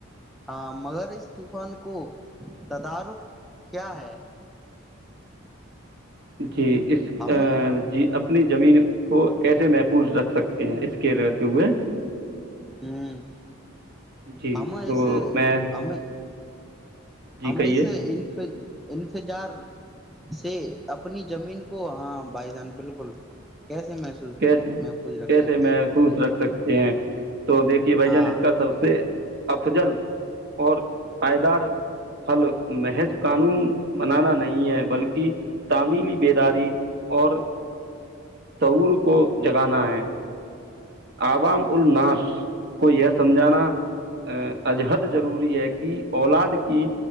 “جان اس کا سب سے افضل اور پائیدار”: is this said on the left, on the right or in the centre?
Right